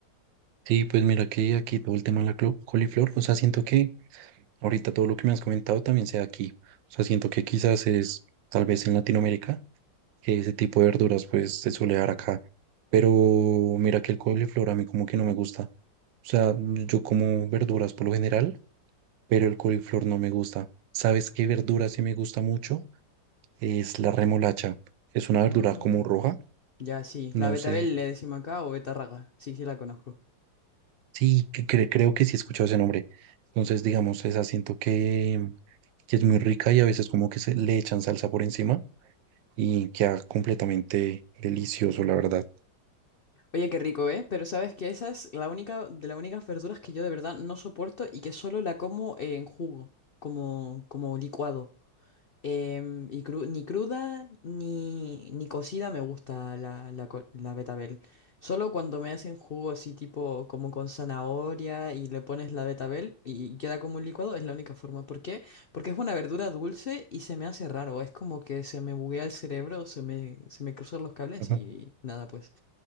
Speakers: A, on the right; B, on the left.
A: sí, pues mira que aquí todo el tema de la clo- coliflor, o sea, siento que ahorita todo lo que me has comentado también sea aquí. O sea, siento que quizás es tal vez en Latinoamérica, que ese tipo de verduras pues se suele dar acá. Pero mira que el coliflor a mí como que no me gusta. O sea, yo como verduras por lo general, pero el coliflor no me gusta. ¿Sabes qué verdura sí me gusta mucho? es la remolacha. Es una verdura
B: Ah,
A: como
B: no.
A: roja,
B: Ya, sí.
A: no
B: La betabel
A: sé.
B: le decimos acá o betarraga. Sí, sí la conozco.
A: Sí, que cre- creo que sí he escuchado ese nombre. Entonces, digamos, esa siento que, que es muy rica y a veces como que se le echan salsa por encima y queda completamente delicioso, la verdad.
B: Oye, qué rico, ¿eh? Pero sabes que esa es la única de las únicas verduras que yo de verdad no soporto y que solo la como eh, en jugo, como, como licuado. Em, y cru- ni cruda ni, ni cocida me gusta la, la, co- la betabel. Solo cuando me hacen jugo así tipo como con zanahoria y le pones la betabel y queda como un licuado, es la única forma. ¿Por qué? Porque es una verdura dulce y se me hace raro. Es como que se me buguea el cerebro, se me, se me cruzan los cables
A: Ajá.
B: y, nada pues.